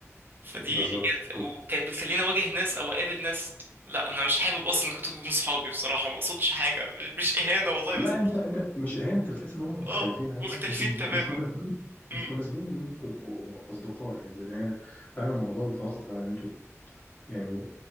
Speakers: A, on the right; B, on the left.
A: فدي
B: بالظبط
A: دي كانت وكانت بتخليني اواجه ناس او اقابل ناس لا انا مش حابب اصلا كنت تكونوا صحابي بصراحه ما اقصدش حاجه مش مش اهانه والله
B: لا
A: بس
B: انت انت مش اهانه انت بتحس ان هم مختلفين
A: اه
B: عنك
A: مختلفين
B: انتوا
A: تماما
B: مش مناسبين
A: امم
B: مش مناسبين ان انتوا تبقوا اصدقاء يعني لان هي فعلا الموضوع بيتوقف على ان انتوا يعني